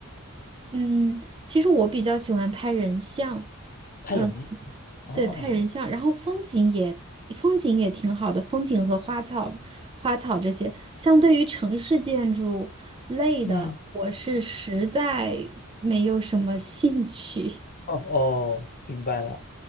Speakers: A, on the right (about 25°); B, on the left (about 40°).
A: 嗯，其实我比较喜欢拍人像，
B: 拍人？
A: 嗯。
B: 哦，
A: 对，拍人像，然后风景也风景也挺好的，风景和花草、花草这些，相对于城市建筑类的，
B: 嗯，
A: 我是实在没有什么兴趣，
B: 哦哦，明白了，